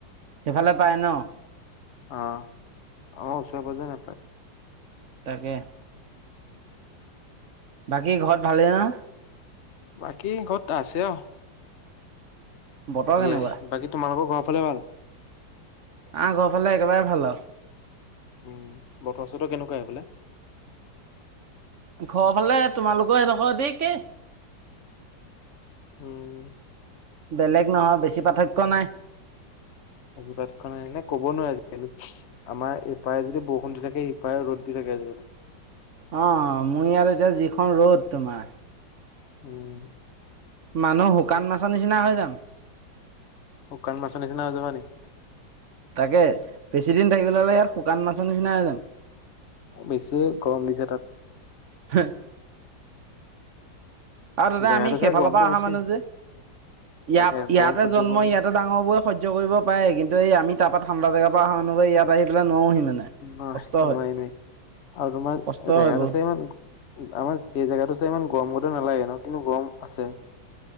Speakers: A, on the right; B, on the left.
A: সেইফালে পাই ন।
B: অ অ ওচৰ পাজেই নাপায়।
A: তাকে। বাকী ঘৰত ভালেই নহয়।
B: বাকী ঘৰত আছে অ।
A: বতৰ
B: জিয়
A: কেনেকুৱা?
B: বাকী তোমালোকৰ ঘৰৰ ফালে ভাল।
A: আমাৰ ঘৰৰ ফালে একেবাৰে ভাল আও।
B: উম বতৰ চতৰ কেনেকুৱা সেই ফালে।
A: ঘৰ ফালে তোমালোকৰ সেইডখৰ দি একেই।
B: উম
A: বেলেগ নহয় বেছি পাৰ্থক্য নাই।
B: ক'ব নোৱাৰো আজিকালি। আমাৰ এইপাৰে যদি বৰষুণ দি থাকে ইপাৰে ৰ'দ দি থাকে আজিকালি।
A: অ মোৰ ইয়াত এতিয়া যিখন ৰ'দ তোমাৰ।
B: উম।
A: মানুহ শুকান মাছৰ নিচিনা হৈ যাম।
B: শুকান মাছৰ নিছিনা হয় যাবা নি।
A: তাকে। বেছি দিন থাকিলে হ'লে ইয়াত শুকান মাছৰ নিচিনা হয় য়াম।
B: বেছি গৰম দিছে তাত
A: <unintelligible> আৰু তাতে
B: জেগাটো
A: আমি সেইফালৰ
B: চাই গৰমটো
A: পা অহা
B: বেছি
A: মানুহ যে। ইয়াত
B: তাকে
A: ইয়াতে
B: গৰম সহ্য
A: জন্ম
B: কৰিব
A: ইয়াতে ডাঙৰ বোৰে সহ্য কৰিব পাৰে, কিন্তু এই আমি তাপা ঠাণ্ডা জাগা পা অহা মানুহবোৰে ইয়াত আহি পেলাই নোৱাৰোহি। মানে।
B: নহ
A: কষ্ট হয়,
B: নোৱাৰি নোৱাৰি আৰু তোমাৰ
A: কষ্ট
B: জেগাতো
A: হয় বহুত
B: চাই ইমান। আমাৰ সেই জেগাটো চাই ইমান গৰম গতে নালাগে ন, কিন্তু গৰম আছে।